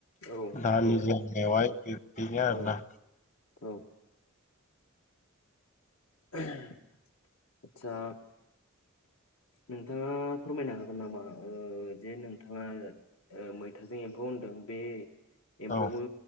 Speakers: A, on the left; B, on the left.
A: औ
B: दालिजों
A: औ
B: मेवाय बिब्दिनो आरोना।
A: औ औ <inaudible> आतसा नोंथाङा फोरमायनो हागोन नामा ओ जे नोंथाङा ओ मैथाजों एम्फौ होनदों बे एम्फौखौ
B: औ